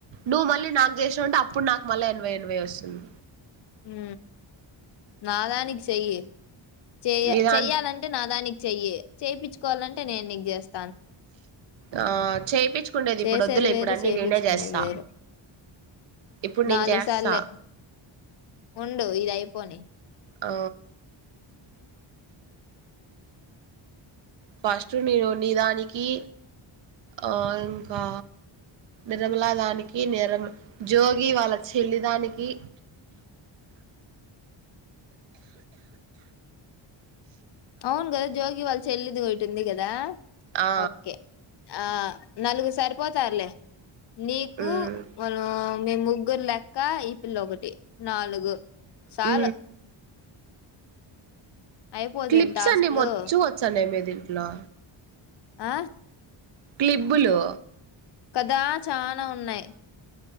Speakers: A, on the right; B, on the left.
A: నువ్వు మళ్ళీ నాకు చేసినాంటే అప్పుడు నాకు మళ్ళీ ఎనభై ఎనభై వస్తుంది
B: ఉ నా దానికి చెయ్య చెయ
A: నీదాని
B: చెయ్యాలంటే నా దానికి చెయ్యి చేపించుకోవాలంటే నేను నీకు చేస్తాను
A: ఆ చేపించుకుండేది
B: చేసేది
A: ఇప్పుడు వద్దులే
B: వేరు
A: ఇప్పుడు అన్నీ
B: చేపిచ్చుకునేది
A: నేనే చేస్తా
B: వేరు
A: ఇప్పుడు నేను
B: నాలుగు
A: చేస్తా
B: సార్లే ఉండు ఇది అయిపోని
A: ఆ ఫస్ట్ నేను నీదానికి ఆ ఇంకా నిర్మలా దానికి నిరమ జోగి వాళ్ళ చెల్లిదానికి
B: అవును గదా జోగి వాళ్ళ చెల్లిది ఓటి ఉంటుంది కదా
A: ఆ
B: ఓకే ఆ నలుగురు సరిపోతారులే నీకు
A: మ్మ్
B: మ మీ ముగ్గురు లెక్క ఈ పిల్ల ఒకటి నాలుగు చాలు
A: ఉ
B: అయిపోతుంది
A: క్లిప్స్
B: టాస్క్లు
A: అండి మ వచ్చు వచ్చాండి ఏ మీది ఇట్లా
B: ఆ
A: క్లిబ్బు లు
B: కదా చానా ఉన్నాయి